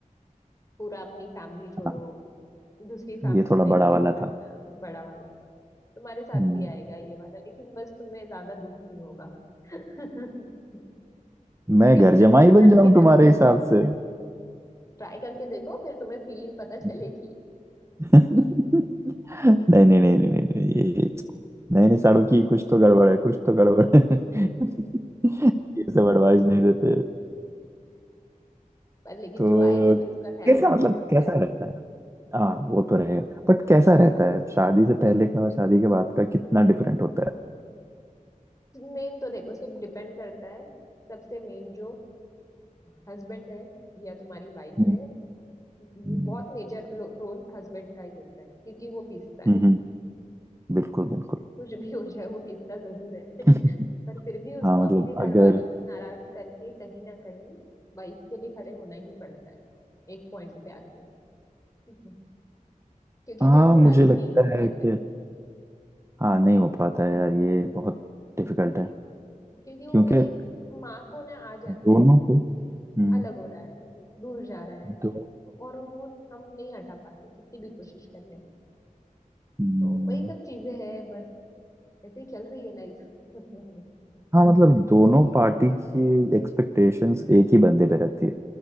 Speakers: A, on the left (about 25°); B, on the right (about 20°).
A: पूरा अपनी फैमिली छोड़ो
B: हाँ,
A: दूसरी फैमिली
B: ये थोड़ा
A: में एडजस्ट
B: बड़ा वाला
A: करना
B: था
A: बड़ा वाला तुम्हारे साथ
B: हम्म।
A: भी आएगा ये वाला लेकिन बस तुम्हें ज्यादा दुख नहीं होगा <laughs> क्योंकि
B: मैं घर
A: तुमने
B: जमाई
A: छोड़ना
B: बन
A: नहीं
B: जाऊं
A: है ना
B: तुम्हारे हिसाब से
A: ट्राई करके देखो फिर तुम्हें फीलिंग पता
B: <laughs>
A: चलेगी
B: नहीं नहीं नहीं नहीं नहीं नहीं ये नए नए साड़ों की कुछ तो
A: <laughs>
B: गड़बड़ है कुछ तो गड़बड़ है <laughs> ये सब एडवाइस नहीं देते
A: पर लेकिन
B: तो
A: जो आएगी फिर उसका ख्याल
B: कैसा
A: रखना
B: मतलब
A: और क्या
B: कैसा रहता है हाँ वो तो रहेगा बट कैसा रहता है शादी से पहले का और शादी के बाद का कितना डिफरेंट होता है
A: मेन तो देखो सिर्फ डिपेंड करता है सबसे मेन जो हस्बैंड है या तुम्हारी वाइफ
B: हम्म
A: है बहुत
B: हम्म
A: मेजर रोल हस्बैंड का ही होता है क्योंकि वो पीसता है
B: हम्म, हम्म, बिल्कुल बिल्कुल
A: कुछ भी हो जाए वो पीसता जरूर है
B: <laughs>
A: <laughs> पर फिर भी उसको
B: हाँ मतलब
A: अपने
B: अगर
A: घर वालों को नाराज करके कहीं ना कहीं वाइफ के लिए खड़े होना ही पड़ता है एक पॉइंट पे आके <laughs> क्योंकि
B: हाँ
A: दोनों
B: मुझे
A: राजी
B: लगता
A: नहीं हो पाते
B: है कि हाँ नहीं हो पाता है यार ये बहुत डिफिकल्ट है
A: क्योंकि वो
B: क्योंकि अ,
A: एक माँ को ना आ जाता
B: दोनों
A: है कि
B: को हम्म
A: अलग हो रहा है दूर जा रहा है
B: दो
A: और वो हम नहीं हटा पाते कितनी भी कोशिश कर ले
B: हम्म,
A: तो वही सब चीजें हैं बस ऐसे ही चल रही है लाइफ <laughs>
B: हाँ मतलब दोनों पार्टी की एक्सपेक्टेशंस एक ही बंदे पे रहती है